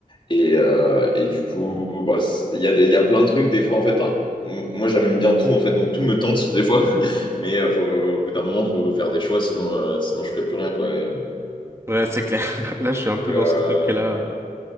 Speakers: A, on the left; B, on the right.
A: Et, euh, et du coup, bah, c'est- il y a, des- il y a plein de trucs. Des fois, en fait, hein, m- moi, j'aime bien tout, en fait, donc tout me tente des fois. <laughs> Mais euh, faut, au bout d'un moment, faut faire des choix, sinon, euh, sinon je ferai plus rien, quoi. Et,
B: Ouais, c'est clair. <laughs> Là, je suis un peu
A: euh,
B: dans ce truc-là